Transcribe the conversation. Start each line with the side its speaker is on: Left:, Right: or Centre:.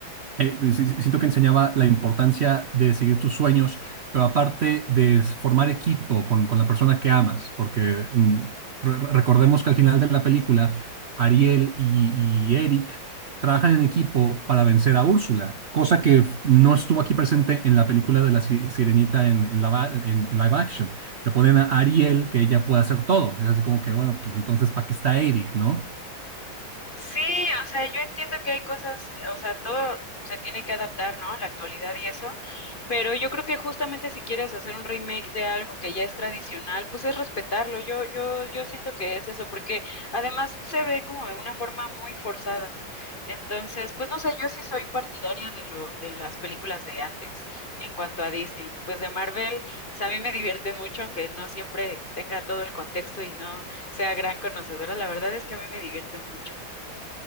Right: Eh, si- si- siento que enseñaba la importancia de seguir tus sueños, pero aparte de s- formar equipo con, con la persona que amas, porque mm, re- recordemos que al final de la película, Ariel y, y Eric trabajan en equipo para vencer a Úrsula, cosa que f- no estuvo aquí presente en la película de la Si- Sirenita en, en la va- en- en live action. Te ponen a Ariel que ella puede hacer todo. Es así como que, bueno, pues entonces, ¿para qué está Eric, no?
Left: sí, o sea, yo entiendo que hay cosas, o sea, todo se tiene que adaptar, ¿no? La actualidad y eso, pero yo creo que justamente si quieres hacer un remake de algo que ya es tradicional, pues es respetarlo, yo, yo, yo siento que es eso, porque además se ve como de una forma muy forzada. Entonces, pues no sé, yo sí soy partidaria de lo, de las películas de antes en cuanto a Disney. Y pues de Marvel, o sea, a mí me divierten mucho, aunque no siempre tenga todo el contexto y no sea gran conocedora. La verdad es que a mí me divierten mucho.